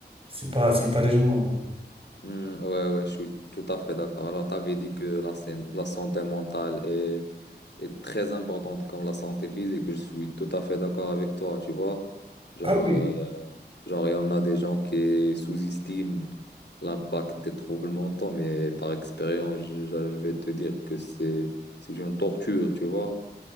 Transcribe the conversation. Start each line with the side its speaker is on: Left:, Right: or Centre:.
Right: C'est pas c'est pas les gens.
Left: Hmm, ouais, ouais, je suis tout à fait d'accord. Alors, tu avais dit que la, sain- la santé mentale est, est très importante comme la santé physique. Je suis tout à fait d'accord avec toi, tu vois. Genre,
Right: Ah oui,
Left: euh, genre, il y en a des gens qui sous-estiment l'impact des troubles mentaux, mais par expérience, je, je- je vais te dire que c'est c'est une torture, tu vois.